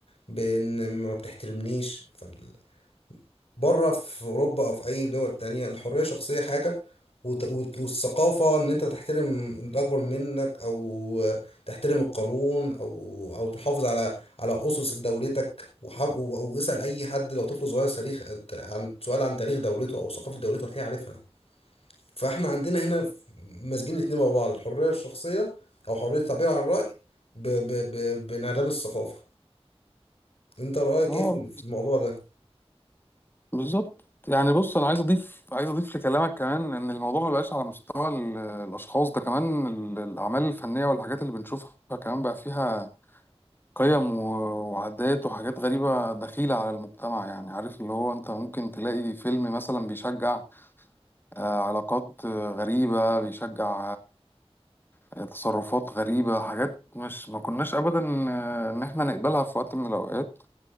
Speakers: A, on the left; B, on the left.
A: بان ما بتحترمنيش فال... بره في اوروبا او في اي دول تانية الحريه الشخصيه حاجه وت... وت- والثقافه ان انت تحترم الاكبر منك او تحترم القانون او او تحافظ على على اسس دولتك وح... و- واسال اي حد لو طفل صغير تاريخ عن سؤال عن تاريخ دولته او ثقافه دولته هتلاقيه عارفها فاحنا عندنا هنا ماسكين الاتنين مع بعض الحرية الشخصية أو حرية التعبير عن الرأي ب... ب... ب... بانعدام الثقافة أنت رأيك
B: اه
A: إيه في في الموضوع ده؟
B: بالظبط يعني بص انا عايز اضيف عايز اضيف لكلامك كمان ان الموضوع ما بقاش على مستوى ال- الاشخاص ده كمان ال- الاعمال الفنيه والحاجات اللي بنشوفها كمان بقى فيها قيم و- وعادات وحاجات غريبه دخيله على المجتمع يعني عارف اللي هو انت ممكن تلاقي فيلم مثلا بيشجع آه، علاقات آه، غريبه بيشجع آه، تصرفات غريبه حاجات مش ما كناش ابدا آه، ان احنا نقبلها في وقت من الاوقات